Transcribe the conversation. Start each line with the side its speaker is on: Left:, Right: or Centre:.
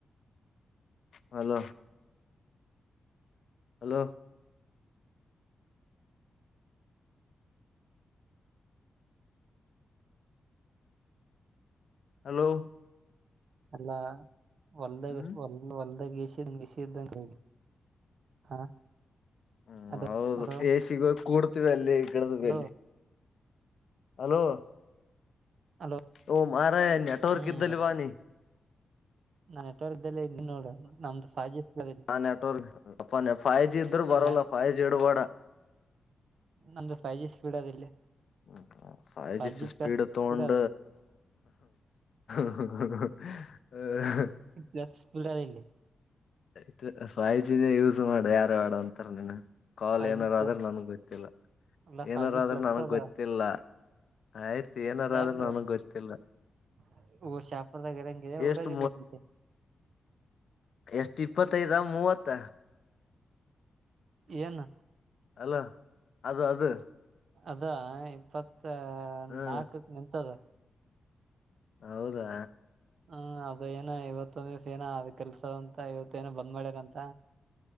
Left: ಹಲೋ. ಹಲೋ, ಹಲೋ,
Right: ಅಲ್ಲ ಹೋಲ್ಡಾಗ್
Left: ಹ್ಮ್
Right: ಎಷ್ಟ್ ಎ ಹೊಲ್ದಾಗ ಎಸಿದಂಗ ಎಸಿದ್ದಂಗ ಹಾ
Left: ಹ್ಮ್
Right: ಅಲೋ
Left: ಹೌದು
Right: ಅಲೋ
Left: ಎ ಸಿಗ ಕೂಡ್ತಿದಿ ಅಲ್ಲಿ ಗಿಡದ
Right: ಅಲೋ
Left: ಬಲ್ಲಿ ಹಲೋ
Right: ಅಲೋ
Left: ಓ ಮಾರಾಜ ನೆಟವರ್ಕ್
Right: ಹ್ಮ್
Left: ಕ್ದಲಿ
Right: ಮತ್ತೆ
Left: ಬಾನೀ.
Right: ನಾನ್ ನೆಟ್ವರ್ಕ್ ಇದ್ದಲ್ಲೇ ಇದ್ ನೋಡ ನಮ್ದು ಫೈವ್ ಜಿ
Left: ಯಾ ನೆಟ್ವರ್ಕ್, <unintelligible> ಫೈವ್ ಜಿ ಇದ್ರ ಬರಲ್ಲ
Right: ಅಲ್ಲ
Left: ಫೈವ್ ಜಿ ಇಡ್ಬೇಡ.
Right: ನಮ್ದು ಫೈ ಜಿ ಸ್ಪೀಡ್ ಅದ ಇಲ್ಲಿ.
Left: ಹ್ಮ್ five
Right: five
Left: G speed
Right: plus
Left: ತೊಂಡ,
Right: ಅದ
Left: <inaudible>
Right: ಜಾಸ್ತಿ ಸ್ಪೀಡ್ ಆದ್ ಇಲ್ಲಿ.
Left: ಆಯ್ತ್ ಫೈಜೀನೆ ಯೂಸ್ ಮಾಡು ಯಾರ ಬೆಡ್ ಅಂತಾರ ನಿನಗ. ಕಾಲ್
Right: ಫೈವ್
Left: ಏನಾರ
Right: ಜಿ ಪ್ಲಸ್
Left: ಆದ್ರ ನನ್ಗ್ ಗೊತ್ತಿಲ್ಲ.
Right: ಅಲ್ಲ
Left: ಏನಾರಾದ್ರ
Right: ಫೈವ್ ಜಿ ಪ್ಲಸ್
Left: ನನ್ಗ್
Right: ಅದ
Left: ಗೊತ್ತಿಲ್ಲ. ಆಯ್ತು ಏನಾರ
Right: ಯಾಕ
Left: ಆದ್ರೂ ನನ್ಗ್ ಗೊತ್ತಿಲ್ಲ.
Right: <unintelligible>
Left: ಎಷ್ಟು ಎಷ್ಟ ಇಪ್ಪತ್ತೈದ, ಮೂವತ್ತ,
Right: ಏನ
Left: ಅಲ್ಲ ಅದು ಅದು.
Right: ಅದ ಇಪ್ಪತ್
Left: ಹ್ಮ್
Right: ನಾಲ್ಕಕ್ ನಿಂತದ.
Left: ಹೌದಾ,
Right: ಹ್ಮ ಅದ ಏನ ಇವತ್ತೊಂದ್ ದಿವ್ಸ ಏನ ಅದ ಕೆಲ್ಸ ಅಂತ ಇವತ್ತಏನೋ ಬಂದ್ ಮಾಡ್ಯಾರಂತ.